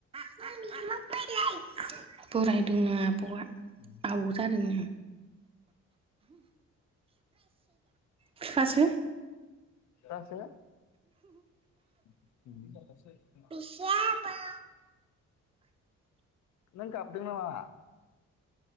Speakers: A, on the right (about 20°); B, on the left (about 70°).
A: <unintelligible> बोरायदोंनो आब'आ।
B: <inaudible>
A: आबौ जादोंनो। बिफासो।
B: फिफासो। <inaudible>
A: माया
B: नों गाबदों नामा